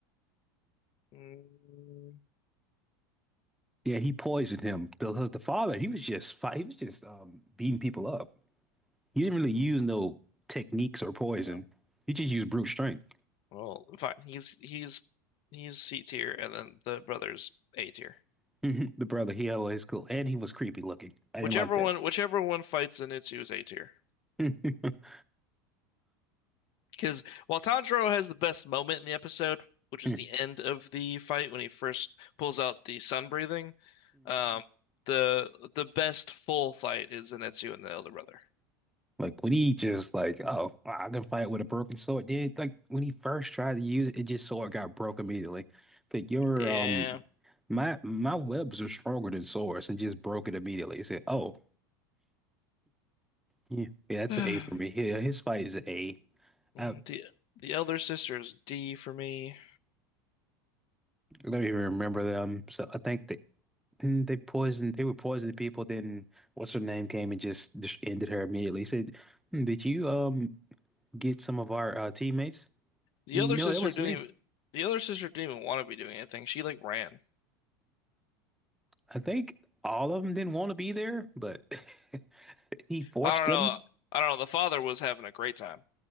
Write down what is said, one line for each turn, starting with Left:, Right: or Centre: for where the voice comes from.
Left: Mm,
Centre: Yeah, he poisoned him because the father he was just fight. He was just um beating people up. He didn't really use no techniques or poison.
Left: no.
Centre: He just used brute strength.
Left: Well, fine. He's he's he's C tier, and then the brother's A tier.
Centre: <laughs> The brother he always cool and he was creepy looking. I didn't
Left: Whichever
Centre: like
Left: one, whichever one fights Zenitsu is A tier.
Centre: that. <laughs>
Left: Because while Tanjiro has the best moment in the episode, which is
Centre: hmm
Left: the end of the fight when he first pulls out the sun breathing, um, the the best full fight is Zenitsu and the elder brother.
Centre: Like when he just like, oh, I can fight with a broken sword. Then like when he first tried to use it, it just sword got broke immediately. Like your
Left: Yeah.
Centre: um my my webs are stronger than swords and just broke it immediately. He said, Oh, yeah, yeah, that's
Left: <sighs>
Centre: an A for me. Yeah, his fight is an A.
Left: The
Centre: I
Left: the elder sister is D for me.
Centre: don't even remember them. So I think that mm, they poisoned they were poisoning people, then what's her name came and just dis- ended her immediately. He said, "Hmm, Did you um get some of our uh, teammates?
Left: The
Centre: No,
Left: elder sister
Centre: that wasn't
Left: didn't
Centre: me.
Left: even the elder sister didn't even want to be doing anything. She like ran.
Centre: I think all of them didn't want to be there, but <laughs> he forced
Left: I don't
Centre: them.
Left: know. I don't know. The father was having a great time.